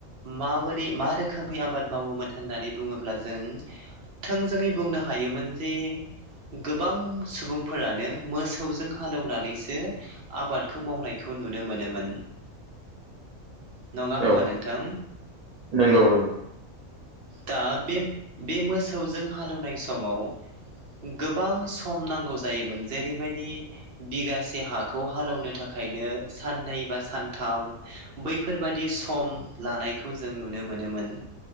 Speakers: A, on the right; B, on the right.
A: माबोरै मा रोखोमै आबाद मावोमोन होननानै बुंङोब्ला जों थोंजोङै बुंनो हायोमोन जे गोबां सुबुंफोरानो मोसौजों हालौवनानैसो दो आबादखौ मावनायखौ नुनो मोनोमोन नोंङा होमबा
B: औ
A: नोंथां
B: नंगौ नंगौ
A: दा बे बे मोसौजों हालौनाय समाव गोबां सम नांगौ जायोमोन जेरैबायदि बिगासे से हाखौ हालौनो थाखायनो साननै बा सानथाम बैफोरबादि सम लानायखौ जों नुनो मोनोमोन